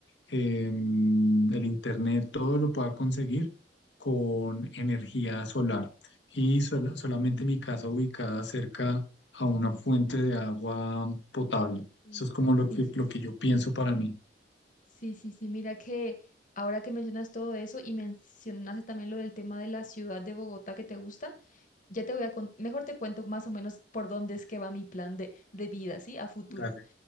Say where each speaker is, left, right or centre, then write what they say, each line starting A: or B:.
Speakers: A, on the left; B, on the left.
A: em, el internet, todo lo pueda conseguir con energía solar y sol- solamente mi casa ubicada cerca a una fuente de agua potable.
B: sí,
A: Eso es como
B: sí,
A: lo que,
B: sí,
A: lo
B: sí,
A: que yo pienso para mí.
B: sí, sí, sí, mira que ahora que mencionas todo eso y mencionaste también lo del tema de la ciudad de Bogotá que te gusta, ya te voy a contar, mejor te cuento más o menos por dónde es que va mi plan de, de vida, ¿sí? A futuro.
A: Dale.